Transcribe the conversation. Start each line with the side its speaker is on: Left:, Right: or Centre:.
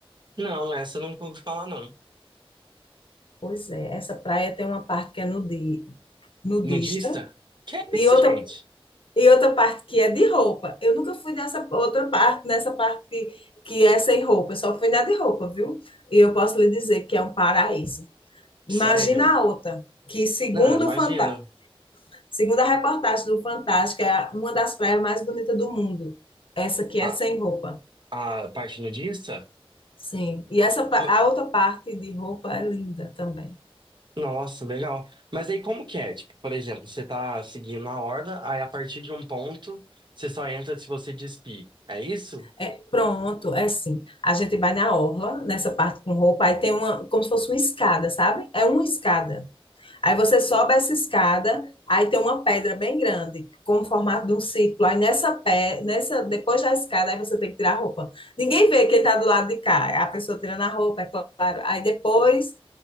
Right: Não, essa eu não pude falar, não.
Left: Pois é, essa praia tem uma parte que é nudi, nudista
Right: Nudista? Que é
Left: e
Right: isso,
Left: outra
Right: gente?
Left: E outra parte que é de roupa. Eu nunca fui nessa outra parte, nessa parte que, que é sem roupa. Eu só fui na de roupa, viu? E eu posso lhe dizer que é um paraíso. Imagina
Right: Sério?
Left: a outra, que segundo
Right: Não, imagina.
Left: o Fanta... segundo a reportagem do Fantástico, é uma das praias mais bonitas do mundo. Essa que
Right: A,
Left: é sem roupa.
Right: a parte nudista?
Left: Sim. E essa pa-
Right: Ma-
Left: a outra parte de roupa é linda também.
Right: Nossa, legal. Mas aí como que é? Tipo, por exemplo, você tá seguindo a horda, aí a partir de um ponto, você só entra se você despir. É isso?
Left: É, pronto, é sim. A gente vai na orla, nessa parte com roupa, aí tem uma, como se fosse uma escada, sabe? É uma escada. Aí você sobe essa escada, aí tem uma pedra bem grande, com o formato de um círculo. Aí nessa pé, nessa, depois da escada, aí você tem que tirar a roupa. Ninguém vê quem está do lado de cá. A pessoa tirando a roupa, é claro. Aí depois,